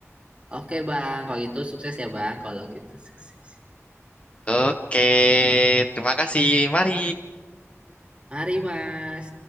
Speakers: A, on the right; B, on the left.
A: Oke bang kalau itu sukses ya bang. Kalau gitu sukses.
B: Oke, terima kasih. Mari.
A: Mari mas.